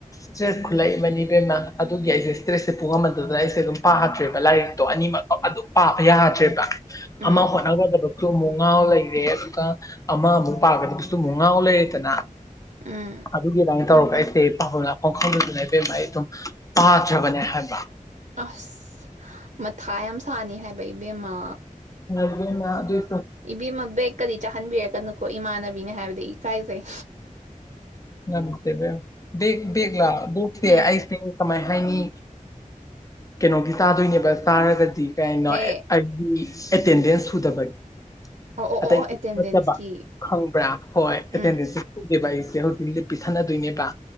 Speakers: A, on the left; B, on the right.
A: ꯁ꯭ꯇ꯭ꯔꯦꯁ ꯈꯨꯂꯩ ꯑꯃꯅꯤ ꯕꯦꯝꯃ ꯑꯗꯨꯒꯤ ꯑꯩꯁꯦ ꯏꯁꯇ꯭ꯔꯦꯁꯁꯦ ꯄꯨꯉꯝꯃꯟꯗꯗꯅ ꯑꯩꯁꯦ ꯑꯗꯨꯝ ꯄꯥꯗ꯭ꯔꯦꯕ ꯂꯥꯏꯔꯤꯛꯇꯣ ꯑꯅꯤꯃꯛ ꯑꯗꯨꯝ ꯄꯥꯕ ꯌꯥ ꯗ꯭ꯔꯦꯕ
B: ꯎꯝ
A: ꯑꯃ ꯍꯣꯠꯅꯒꯗꯕ ꯁꯨꯃꯨꯛ ꯉꯥꯎ ꯂꯩꯔꯦ ꯑꯗꯨꯒ ꯑꯃ ꯑꯃꯨꯛ ꯄꯥꯒꯗꯕꯁꯨ ꯑꯃꯨꯛ ꯉꯥꯎ ꯂꯩꯔꯦꯗꯅ
B: ꯎꯝ
A: ꯑꯗꯨꯒꯤ ꯑꯗꯥꯢꯅ ꯇꯧꯔꯒ ꯑꯩ ꯗꯦ ꯄꯥꯕꯝ ꯂꯥꯛꯐꯝ ꯈꯪꯗꯗꯅ ꯏꯕꯦꯝꯃ ꯑꯩꯗꯣ ꯄꯥꯗ꯭ꯔꯕꯅꯦ ꯍꯥꯏꯕ
B: ꯑꯁ ꯃꯊꯥ ꯌꯥꯝ ꯁꯥꯅꯤ ꯍꯥꯏꯕ ꯏꯕꯦꯝꯃ
A: ꯍꯥ ꯏꯕꯦꯝꯃ ꯑꯗꯨꯏ
B: ꯏꯕꯦꯝꯃ ꯕꯦꯛꯀꯗꯤ ꯆꯥꯍꯟꯕꯤꯔꯛꯀꯅꯨꯀꯣ ꯏꯃꯥꯟꯅꯕꯤꯅꯦ ꯍꯥꯏꯕꯗꯤ ꯏꯀꯥꯏꯖꯩ
A: ꯅꯝꯁꯦ ꯏꯕꯦꯝꯃ ꯕꯦꯛ ꯕꯦꯛꯂꯣ ꯕꯦꯛꯇꯦ
B: ꯎꯝ
A: ꯑꯩꯁꯦ ꯀꯃꯥꯏ ꯍꯥꯏꯅꯤ ꯀꯩꯅꯣꯒꯤ ꯆꯥꯗꯣꯏꯅꯦꯕ ꯆꯥꯔꯒꯗꯤ ꯀꯩꯅꯣ
B: ꯍꯦ
A: ꯑꯩꯒꯤ ꯑꯦꯇꯦꯟꯗꯦꯟꯁ ꯁꯨꯗꯕꯒꯤ
B: ꯑꯣ ꯑꯣ
A: ꯑꯇꯩ
B: ꯑꯣ ꯑꯣ ꯑꯦꯇꯦꯟꯗꯦꯟꯁꯀꯤ
A: ꯅꯠꯇꯕ ꯈꯪꯕ꯭ꯔꯥ ꯍꯣꯏ ꯑꯦꯇꯦꯟꯗꯦꯟꯁ
B: ꯎꯝ
A: ꯁꯨ ꯁꯨꯗꯦꯕ ꯑꯩꯁꯦ ꯍꯧꯖꯤꯛ ꯂꯤꯞ ꯄꯤꯁꯟꯅꯗꯣꯏꯅꯦꯕ